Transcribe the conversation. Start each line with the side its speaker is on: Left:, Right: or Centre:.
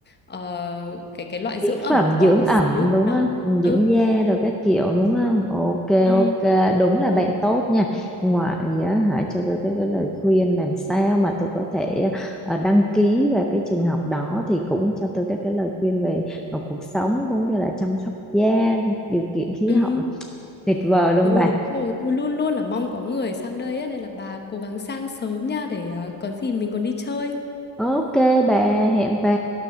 Left: ờ, cái cái loại dưỡng
Centre: mỹ
Left: ẩm
Centre: phẩm
Left: nó
Centre: dưỡng
Left: tốt một
Centre: ẩm
Left: xíu
Centre: đúng
Left: đó
Centre: không ừ,
Left: ừ
Centre: dưỡng da rồi các kiểu đúng không ok
Left: ừ
Centre: ok đúng là
Left: ừ
Centre: bạn tốt nha ngoại á, hãy cho tôi cái, cái lời khuyên làm sao mà tôi có thể ờ, đăng ký vào cái trường học đó thì cũng cho tôi các cái lời khuyên về ờ, cuộc sống cũng như là chăm sóc da điều kiện khí
Left: ừ
Centre: hậu tuyệt vời luôn
Left: Ừ
Centre: bà
Left: đúng rồi, tôi luôn luôn là mong có người sang đây á, nên là bà cố gắng sang sớm nha để ờ, có gì mình còn đi chơi.
Centre: Ok bà hẹn bà